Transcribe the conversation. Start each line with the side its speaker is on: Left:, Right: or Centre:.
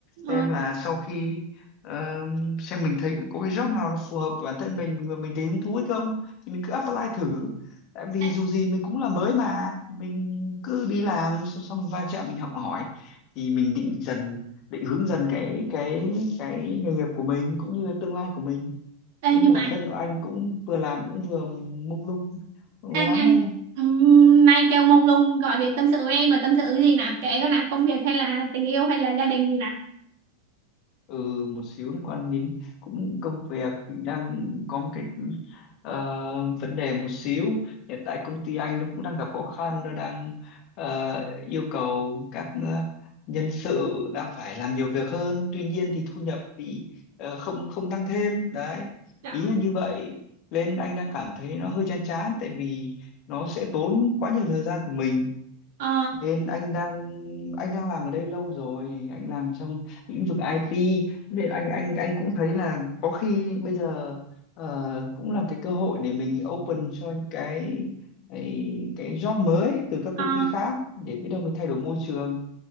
Right: ờ.
Left: xem là sau khi ờ, xem mình thấy có cái job nào nó phù hợp với bản thân mình mình mình thấy hứng thú hay không thì mình cứ apply thử tại vì
Right: Ê,
Left: dù gì mình cũng là mới mà mình cứ đi làm xong xong mình va chạm mình học hỏi thì mình định dần định hướng dần cái cái cái nghề nghiệp của mình cũng như là tương lai của mình
Right: ê, nhưng mà
Left: bản thân anh cũng vừa làm cũng vừa mông lung lắm
Right: anh anh
Left: đây
Right: ừm, nay kêu mông lung gọi điện tâm sự với em là tâm sự gì nào kể cái nào công việc hay là tình yêu hay là gia đình gì nào
Left: ừ một xíu liên quan đến cũng công việc thì đang có một cái ờ, vấn đề một xíu hiện tại công ty anh nó cũng đang gặp khó khăn nó đang ờ, yêu cầu các ờ, nhân sự đang phải làm nhiều việc hơn tuy nhiên thì thu nhập thì ờ, không không tăng thêm đấy
Right: Dạ.
Left: ý là như vậy nên anh đang cảm thấy nó hơi chán chán tại vì nó sẽ tốn quá nhiều thời gian của mình
Right: ờ
Left: Nên anh đang anh đang làm ở đây lâu rồi, anh làm trong lĩnh vực IT nên anh anh anh cũng thấy là có khi bây giờ ờ, cũng là cái cơ hội để mình open cho những cái cái cái job mới từ các
Right: ờ
Left: công ty khác để biết đâu mình thay đổi môi trường